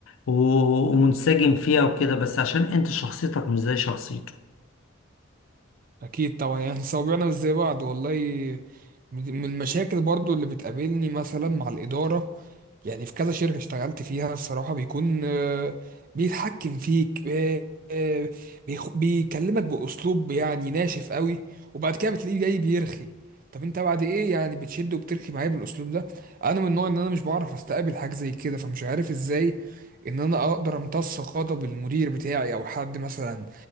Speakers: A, on the left; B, on the right.
A: و- ومنسجم فيها وكده بس عشان انت شخصيتك مش زي شخصيته
B: اكيد طبعا يعني صوابعنا مش زي بعض والله من المشاكل برضو اللي بتقابلني مثلا مع الاداره يعني في كذا شركه اشتغلت فيها الصراحه بيكون آه، بيتحكم فيك آه، آه، بيخ- بيكلمك باسلوب يعني ناشف قوي وبعد كده بتلاقيه جاي بيرخي طب انت بعد ايه يعني بتشد وبترخي معايا بالاسلوب ده انا من النوع ان انا مش بعرف استقبل حاجه زي كده فمش عارف ازاي ان انا اقدر امتص غضب المدير بتاعي او حد مثلا